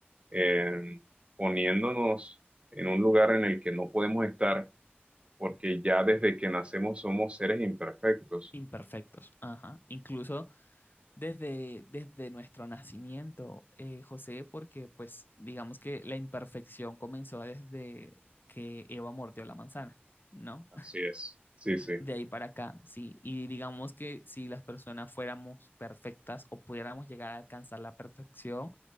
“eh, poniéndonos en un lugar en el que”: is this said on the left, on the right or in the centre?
Right